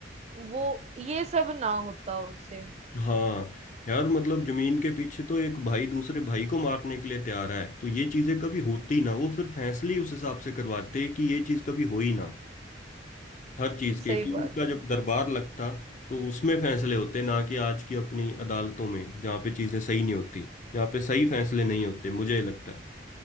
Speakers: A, on the right; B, on the left.
A: वो ये सब ना होता उससे
B: हाँ यार मतलब जमीन के पीछे तो एक भाई दूसरे भाई को मारने के लिए तैयार है तो ये चीजें कभी होती ना वो फिर फैसले ही उस हिसाब से करवाते कि ये चीज कभी हो ही ना हर चीज के
A: सही
B: कि
A: बात
B: उनका
A: है
B: जब दरबार लगता तो उसमें फैसले होते ना कि आज की अपनी अदालतों में जहाँ पे चीजें सही नहीं होती जहाँ पे सही फैसले नहीं होते मुझे लगता है